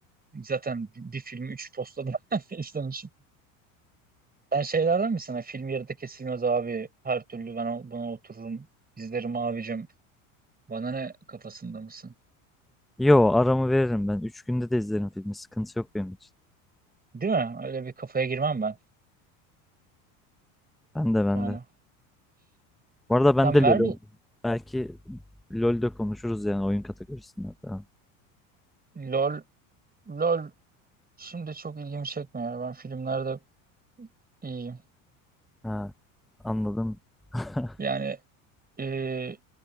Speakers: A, on the right; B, in the centre.
A: Zaten bir, bir filmi 3 postada <laughs> izlemişim. Sen şeylerden misin? Hani film yarıda kesilmez abi. Her türlü ben o- buna otururum. izlerim abicim. Bana ne kafasında mısın?
B: Yo aramı veririm ben. üç günde de izlerim filmi. Sıkıntı yok benim için.
A: Değil mi? Öyle bir kafaya girmem ben.
B: Ben de ben
A: Yani.
B: de. Bu arada ben
A: Sen
B: de LoL
A: Marvel
B: oynuyorum. Belki LoL'de konuşuruz yani oyun kategorisinde falan.
A: LOL LOL şimdi çok ilgimi çekmiyor. Ben filmlerde iyiyim.
B: Ha, anladım. <laughs>
A: Yani Ee,